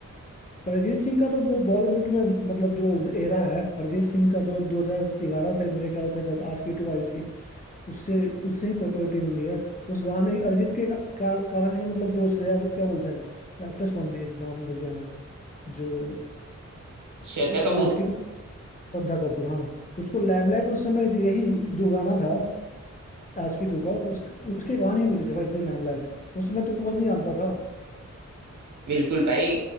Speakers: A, on the left; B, on the right.
A: अरिजीत सिंह का तो वो बॉलीवुड में मतलब जो एरा है अरिजीत सिंह का जो 2011 से मेरे ख्याल से जब आशिकी टू आई थी उससे उससे ही पॉपुलैरिटी मिली है उस गाने अरिजीत के का, कार- कारण ही मतलब जो श्रेया को क्या बोलते हैं जो एक्ट्रेस कौन थी नाम भूल गया मैं जो
B: श्रद्धा कपूर
A: आशिकी टू श्रद्धा कपूर हाँ उसको लैमलाइट उस समय यही जो गाना था आशिकी टू का उस उसके गाने ही मिले थे भाई इतने लैमलाइट उसमें तो कौन ही जानता था
B: बिल्कुल भाई